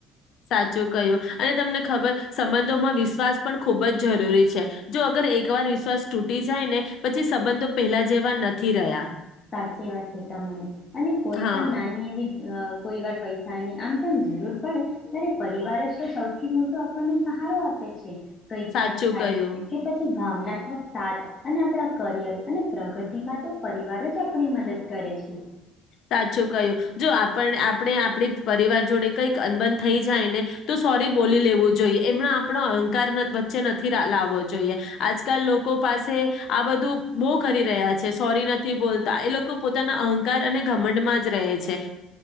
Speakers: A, on the left (about 65°); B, on the left (about 30°).
A: સાચું કય્યું અને તમને ખબર સંબંધોમાં વિશ્વાસ પણ ખૂબજ જરૂરી છે, જો અગર એકવાર વિશ્વાસ તૂટી જાય ને પછી સંબંધો પહેલા જેવા નથી રહ્યા.
B: સાચી વાત છે, તમારી અને કોઈ
A: હા,
B: પણ નાની એવી. અ કોઈ વાર પૈસાની આમ તેમ જરૂર પડે, ત્યારે પરિવાર જ તો સૌથી મોટો આપણને સહારો આપે છે. કઈ
A: સાચું
B: પણ થાય
A: કહ્યું.
B: કે પછી ભાવનાત્મક સાથ અને આપણા કરિયર અને પ્રગતિમાં તો પરિવાર જ આપણી મદદ કરે છે.
A: સાચું કય્યું, જો આપ આપણે આપડી પરિવાર જોડે કઈક અનબન થઈ જાય ને, તો સોરી બોલી લેવું જોઈએ, એમના આપણો અહંકાર વચ્ચે નથી લાવવો જોઈએ, આજકાલ લોકો પાસે આ બધું બહ કરી રહ્યા છે, સોરી નથી બોલતા એ લોકો પોતાના અહંકાર અને ઘમંડમા જ રહે છે.